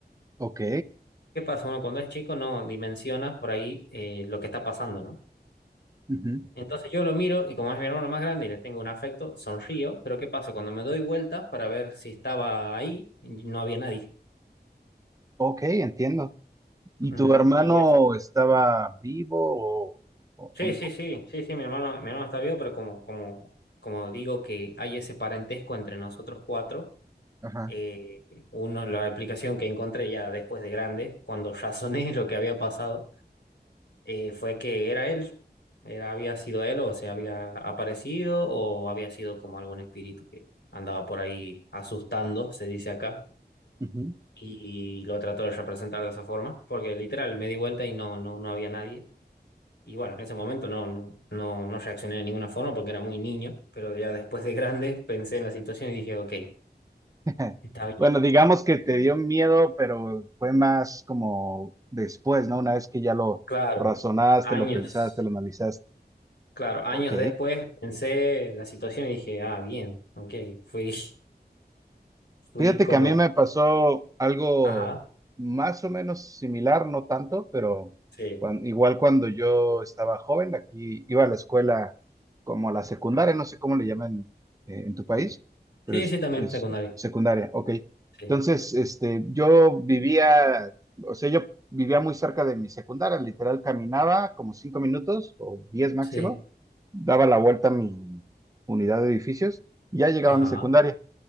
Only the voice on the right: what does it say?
ok,
ujú,
ok, entiendo. ¿Y
tu hermano
estaba vivo o, o-
o no?
Ajá.
ujú.
<laughs>
Bueno, digamos que te dio miedo, pero fue más como después, ¿no? Una vez que ya lo
razonaste,
lo pensaste, lo analizaste.
Ok,
Fíjate
que a mí me pasó algo
más o menos similar, no tanto, pero
cuan- igual cuando yo estaba joven, aquí iba a la escuela como la secundaria, no sé cómo le llaman eh, en tu país, pero
es,
es
secundaria, ok.
Entonces, este, yo vivía, o sea, yo vivía muy cerca de mi secundaria, literal caminaba como cinco minutos o diez máximo,
daba la vuelta a mi unidad de edificios y ya llegaba
a mi secundaria.